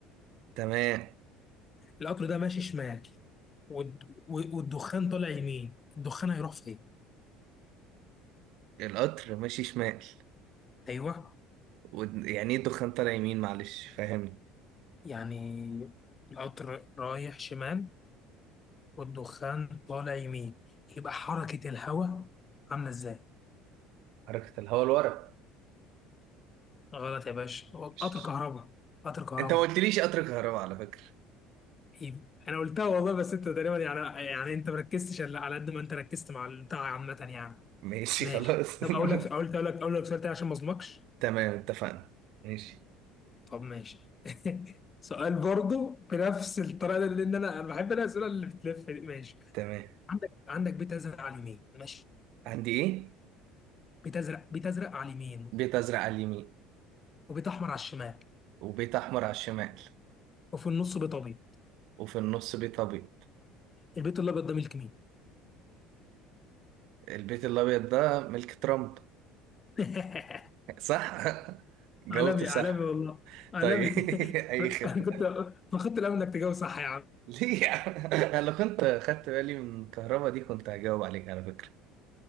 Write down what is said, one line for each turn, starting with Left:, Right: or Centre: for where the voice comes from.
Right: تمام
Left: القطر ده ماشي شمال والد... والدخان طالع يمين الدخان هيروح فين؟
Right: القطر ماشي شمال
Left: ايوه
Right: و... يعني ايه الدخان طالع يمين معلش فاهمني
Left: يعني القطر رايح شمال والدخان طالع يمين يبقى حركة الهواء عاملة ازاي؟
Right: حركة الهواء لورا
Left: غلط يا باشا هو قطر
Right: مش-
Left: كهرباء قطر كهرباء
Right: انت ما قلتليش قطر كهرباء على فكرة
Left: يبقى- انا قلتها والله بس انت تقريبا يعني يعني انت مركزتش إلا على قد ما انت ركزت مع البتاع عامة يعني
Right: ماشي
Left: ماشي
Right: خلاص
Left: طب
Right: <laughs>
Left: اقول لك اقول لك اقول لك اقول لك سؤال تاني عشان ما اظلمكش
Right: تمام اتفقنا ماشي
Left: طب ماشي <laughs> سؤال برضه بنفس الطريقه دي، لان انا انا بحب انا الاسئله اللي بتلف دي. ماشي
Right: تمام
Left: عندك عندك بيت ازرق على اليمين ماشي
Right: عندي ايه
Left: بيت ازرق بيت ازرق على اليمين
Right: بيت ازرق على اليمين
Left: وبيت احمر على الشمال
Right: وبيت أحمر على الشمال
Left: وفي النص بيت ابيض
Right: وفي النص بيت أبيض
Left: البيت الابيض ده ملك مين
Right: البيت الأبيض ده ملك ترامب
Left: <laughs>
Right: صح؟ <laughs> جاوبت
Left: عالمي
Right: صح
Left: عالمي والله عالمي
Right: طيب
Left: <laughs>
Right: <laughs> أي
Left: انا
Right: خدمة
Left: كنت ما خدت الامل انك تجاوب صح يا عم
Right: ليه يا عم؟ <laughs> أنا لو كنت خدت بالي من الكهرباء دي كنت هجاوب عليك على فكرة